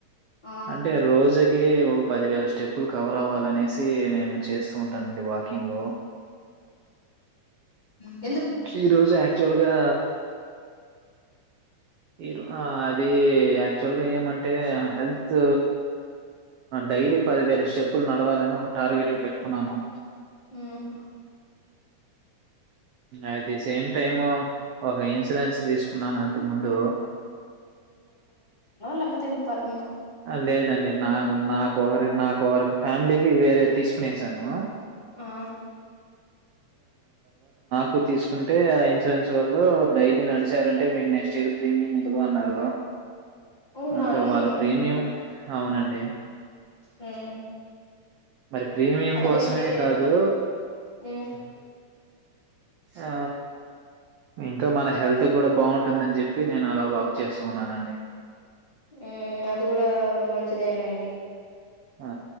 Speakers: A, on the left; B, on the right.
A: ఆ
B: అంటే రోజుకి ఒ పదివేల స్టెప్లు కవర్ అవ్వాలనేసి నేను చేస్ ఉంటానండి వాకింగ్
A: ఉమ్
B: ఈ రోజు యాక్చువల్గా ఈ ఆది యాక్చువల్ గా ఏమంటే హెల్త్ డైలీ పదివేల స్టెప్పులు నడవాలని ఒక టార్గెట్ పెట్టుకున్నాను
A: um
B: at the same time ఒక ఇన్సూరెన్స్ తీసుకున్నాను అంతకు ముందు
A: లపోతేంత
B: లేదండి నాక్ నాకోరకి నాకుఒకరికి ఫ్యామిలీ వేరే తీసుకుొనేసాను
A: ఆ
B: కు తీసుకుంటే ఆ ఇన్సూరెన్స్ వాళ్ళు డైలీ నడిచారంటే మీకు నెక్స్ట్ ఇయర్ ప్రీమియం ఇ లువ అన్నారు
A: అవునా
B: ఇంకా
A: అండి
B: వాళ్ ప్రీమియం అవునండి
A: మ్మ్
B: మరి ప్రీమియం
A: అడితే
B: కోసమే
A: మీకైతే
B: కాదు
A: మ్మ్
B: షాపులు ఆ ఇంకా మన హెల్త్ కూడా బాగుంట్ ఉంటుందని చెప్పి నేను అలా వాక్ చేస్తుఉన్నానండి
A: ఉ అది కూడా మంచిదేంలేండి
B: ఆ